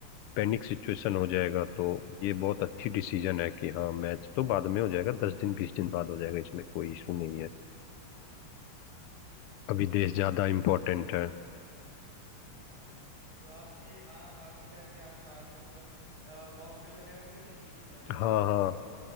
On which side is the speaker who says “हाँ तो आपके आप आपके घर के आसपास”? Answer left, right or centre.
Right